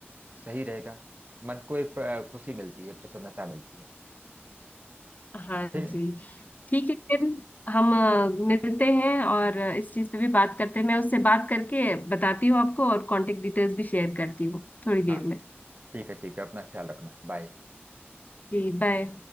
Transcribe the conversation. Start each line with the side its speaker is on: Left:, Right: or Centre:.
Right: सही रहेगा मन को एक अ, खुशी मिलती है प्रसन्नता मिलती है
Left: हाँ
Right: ठीक
Left: जी ठीक है फिर हम अ, मिलते हैं और अ, इस चीज़ पे भी बात करते हैं मैं उससे बात करके बताती हूँ आपको और कांटेक्ट डिटेल्स भी शेयर करती हूँ थोड़ी देर
Right: हाँ
Left: में
Right: ठीक है ठीक है अपना ख्याल रखना बाय
Left: जी बाय